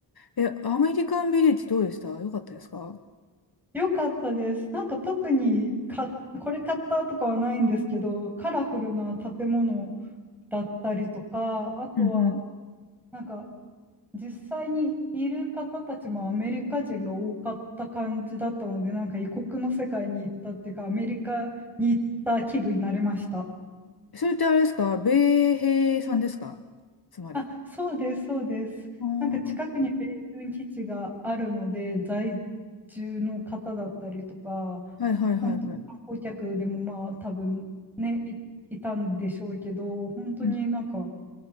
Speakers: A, on the left; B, in the centre.
A: え、アメリカンビレッジどうでしたよかったですか
B: よかったです。なんか特にか、これ買ったとかはないんですけど、カラフルな建物、だったりとか、あとは
A: うんうん
B: なんか実際にいる方たちもアメリカ人が多かった感じだったので、なんか異国の世界に行ったっていうか、アメリカに行った気分になれました。
A: それってあれですか米兵さんですかつまり。
B: あ、そうです、そうです。
A: あ
B: なんか近くに米軍基地があるので、在住の方だったりとか、
A: あ、はいはいはいはい。
B: 本当、観光客でもまあ多分ね、い、いたんでしょうけど、本当になんか
A: うん。